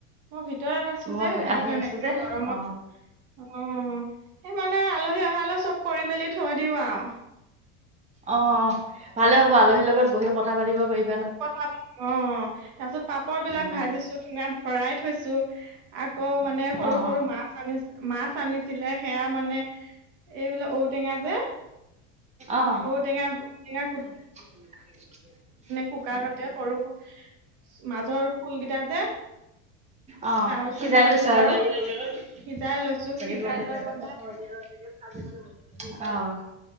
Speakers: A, on the right; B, on the right.
A: মই ভিতৰত আছো
B: মই
A: যে সেইটো
B: আহি
A: কাৰণে
B: আছো
A: একে
B: যে
A: গৰমত
B: অ
A: অঁ সেই মানে, আলহী অহালৈ চব কৰি মেলি থৈ দিওঁ আও।
B: অঁ, ভালে হ'ব, আলহীৰ লগত বহি কথা পাতিব পাৰি
A: কথা পাতিম। অঁ, তাৰ পিছত পাপৰ বিলাক
B: অ
A: ভাজিছোঁ, ঠুঙাত ভৰাই থৈছোঁ আকৌ মানে, সৰু
B: অ
A: সৰু মাছ আনি, মাছ আনিছিলে। সেয়া মানে এইবিলাক ঔটেঙা <inaudible>
B: অঁ।
A: ঔটেঙা ঔটেঙা
B: <inaudible>
A: কুক্কাৰতে সৰু সু মাজৰ খোলকেইটা যে
B: অঁ,
A: তাৰ পিছত
B: সিজাই
A: সেই
B: লৈছোঁ।
A: কুকাৰত
B: আৰু <unintelligible>
A: সিজাই লৈছো সিজাই লৈ মানে
B: অঁ